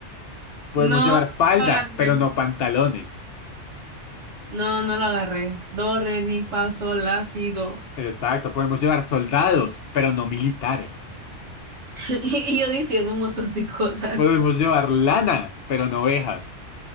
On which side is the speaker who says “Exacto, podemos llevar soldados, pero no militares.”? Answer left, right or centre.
Left